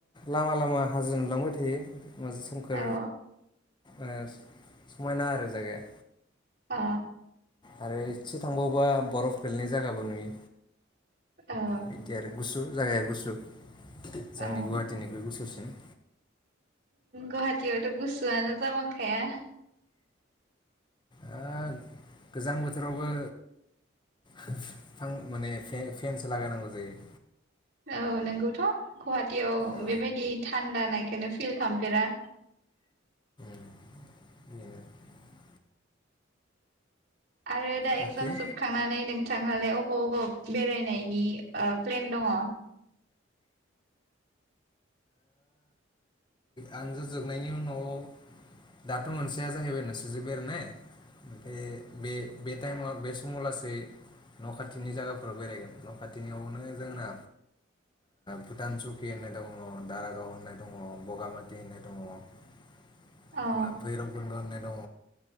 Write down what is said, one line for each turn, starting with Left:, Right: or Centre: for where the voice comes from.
Left: लामा लामा हाजो नुलांबाय थायो। माजु संखो
Right: औ
Left: ओ समायना आरो जागाया।
Right: ओ।
Left: आरो इसे थांबावोबा बरफ गोलैनाय जागाबो नुयो।
Right: औ
Left: बिदि आरो गुसु जागाया गुसु जोंनि
Right: औ
Left: गुवाहाटीनिख्रुइ गुसुसिन।
Right: गुवाहाटीयावथ' गुसुआनो जाबांखाया।।
Left: ओ गोजां बोथोरावबो <unintelligible> माने फेनसो लागायनांगौ जायो‌।
Right: औ नोंगौथ' गवाहाटीयाव
Left: औ
Right: बेबायदि थान्दा नाय। खोनो फिल खालामफेरा
Left: <unintelligible>
Right: आरो दा एकजाम
Left: बाखि
Right: जोबखांनानै नोंथांहालाय अबाव अबा बेरायनायनि। ओ प्लेन दङ?
Left: आं <unintelligible> जोबनायनि उनाव दाथ' मोनसेया जाहैबाय नोसोरजो बेरायनाय। बे बे बे टाइमाव। बे समावलासे न' खाथिनि जागाफोराव बेरायगोन न' खाथिनियावनो जोंना भुटान चकि होननाय दङ दारागाव होननाय दङ। बगामाथि होननाय दङ। ओ
Right: अ
Left: बैरुबखन्द होननाय दङ।